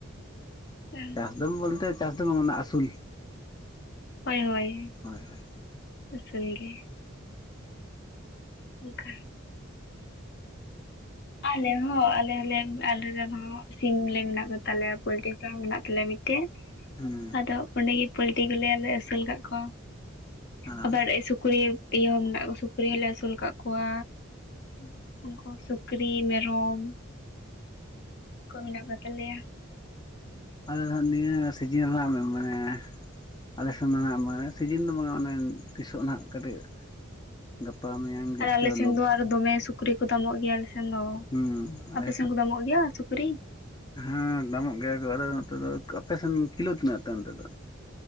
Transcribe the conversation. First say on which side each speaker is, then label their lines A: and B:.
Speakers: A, on the left (about 55°); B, on the left (about 20°).
A: ᱦᱮᱸ
B: ᱪᱟᱥ ᱫᱚ ᱵᱚᱞᱛᱮ ᱪᱟᱥ ᱫᱚ ᱢᱟᱱᱮ ᱟᱥᱩᱞ
A: ᱦᱚᱭ ᱦᱚᱭ
B: ᱦᱳᱭ ᱦᱳᱭ
A: ᱟᱥᱩᱞ ᱜᱮ ᱚᱱᱠᱟ <unintelligible> ᱟᱞᱮ ᱦᱚᱸ ᱟᱞᱮ ᱦᱚᱸᱞᱮ ᱟᱞᱮ ᱨᱮᱱ ᱦᱚᱸ ᱥᱤᱢ ᱞᱮ ᱢᱮᱱᱟᱜ ᱠᱚ ᱛᱟᱞᱮᱭᱟ ᱯᱚᱞᱴᱨᱤ ᱯᱷᱟᱨᱢ ᱢᱮᱱᱟᱜ ᱛᱟᱞᱮᱭᱟ
B: ᱦᱩᱸ
A: ᱟᱫᱚ ᱚᱸᱰᱮ ᱜᱮ ᱯᱚᱞᱴᱤ ᱠᱚᱞᱮ ᱟᱹᱥᱩᱞ ᱠᱟᱜ ᱠᱚᱣᱟ
B: ᱟᱨ
A: ᱟᱵᱟᱨ ᱥᱩᱠᱨᱤ ᱤᱭᱟᱹ ᱢᱮᱱᱟᱜ ᱠᱚᱣᱟ ᱥᱩᱠᱨᱤ ᱦᱚᱸ ᱞᱮ ᱟᱹᱥᱩᱞ ᱠᱟᱜ ᱠᱚᱣᱟ
B: ᱦᱩᱸ <unintelligible>
A: ᱩᱱᱠᱩ ᱥᱩᱠᱨᱤ ᱢᱮᱨᱚᱢ ᱠᱚ ᱢᱮᱱᱟᱜ ᱠᱚ ᱛᱟᱞᱮᱭᱟᱹ
B: ᱟᱞᱮ ᱫᱚ ᱦᱟᱜ ᱱᱤᱭᱟᱹ ᱥᱤᱡᱤᱱ ᱨᱮᱱᱟᱜ ᱢᱟᱱᱮ ᱟᱞᱮ ᱥᱮᱱ ᱫᱚ ᱦᱟᱜ ᱢᱟᱱᱮ ᱥᱤᱡᱤᱱ ᱫᱚ ᱵᱟᱝ ᱚᱱᱮ ᱛᱤᱥᱚᱜ ᱱᱟᱦᱟᱜ ᱠᱟᱹᱴᱤᱡ ᱜᱟᱯᱟ ᱢᱮᱭᱟᱝ ᱜᱮ
A: ᱟᱨ ᱟᱞᱮ
B: ᱪᱚᱞᱚᱠ
A: ᱥᱮᱱ ᱫᱚ ᱟᱨ ᱫᱚᱢᱮ ᱥᱩᱠᱨᱤ ᱠᱚ ᱫᱟᱢᱚᱜ ᱜᱮᱭᱟ ᱟᱞᱮ ᱥᱮᱱ ᱫᱚ
B: ᱦᱩᱸ ᱟᱞᱮ
A: ᱟᱯᱮ ᱥᱮᱱ ᱠᱚ ᱫᱟᱢᱚᱜ ᱜᱮᱭᱟ ᱥᱩᱠᱨᱤ
B: ᱦᱮᱸ ᱫᱟᱢᱚᱜ ᱜᱮᱭᱟ ᱠᱚ ᱟᱫᱚ ᱱᱚᱛᱮ ᱫᱚ ᱟᱯᱮᱥᱱ ᱠᱤᱞᱳ ᱛᱤᱱᱟᱹᱜ ᱛᱤᱱᱟᱹᱜ ᱛᱮ ᱚᱱᱛᱮ ᱫᱚ